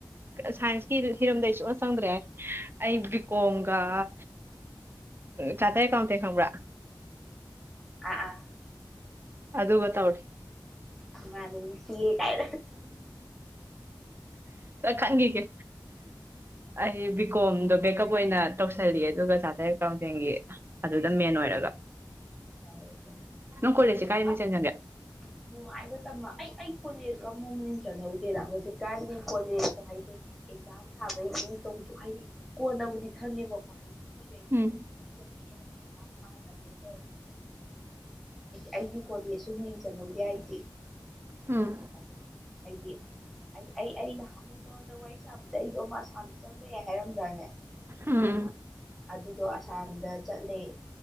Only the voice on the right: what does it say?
ꯁꯥꯏꯟꯁꯀꯤ ꯍꯤꯔꯝꯗ ꯑꯩ ꯁꯨꯡꯅ ꯆꯪꯗ꯭ꯔꯦ ꯑꯩ ꯕꯤ ꯀꯣꯝꯒ ꯑ ꯆꯇꯏ ꯀꯥꯎꯇ ꯈ꯭ꯔ
ꯑꯗꯨꯒ
ꯇꯧꯔꯦ
ꯈꯪꯈꯤꯒꯦ ꯑꯩ ꯕꯤꯀꯣꯝꯗꯣ ꯕꯦꯛꯀꯞ ꯑꯣꯏꯅ ꯇꯧꯁꯜꯂꯤ ꯑꯗꯨꯒ ꯆꯥꯇꯩ ꯀꯥꯡꯊꯦꯡꯒꯤ ꯑꯗꯨꯗ ꯃꯦꯟ ꯑꯣꯏꯔꯒ
ꯅꯪ ꯀꯣꯂꯦꯖꯁꯦ ꯀꯥꯏꯗ ꯃꯤꯡ
ꯆꯟꯁꯟꯒꯦ
ꯎꯝ
ꯎꯝ
ꯎꯝ